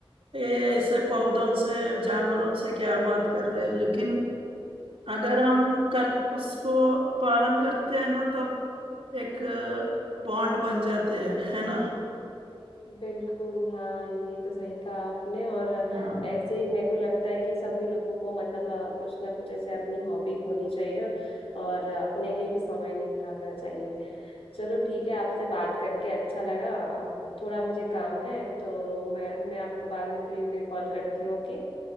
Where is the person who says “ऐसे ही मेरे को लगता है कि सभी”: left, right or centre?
Left